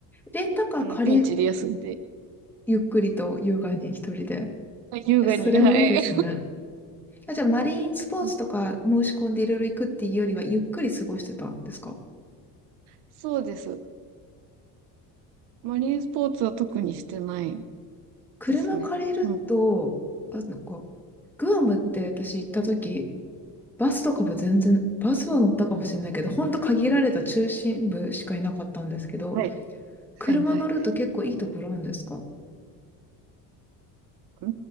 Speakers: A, in the centre; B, on the right.
A: レンタカー借り、
B: あの、ビーチで休んで、
A: ゆっくりと優雅に一人で。
B: あ優雅に、
A: え、それもいいですね。
B: はい。
A: あ、じゃあ、マリンスポーツとか申し込んでいろいろ行くっていうよりは、
B: <laughs>
A: ゆっくり過ごしてたんですか
B: そうです。マリンスポーツは特にしてない
A: 車借りると、
B: ですね。うん。
A: あ、なんか、グアムって私行った時バスとかも全然、バスは乗ったかもしれないけど、ほんと限られた中心部しかいなかったんですけど、
B: はい。はい。
A: 車乗ると結構いいところあるんですか
B: はい。はいう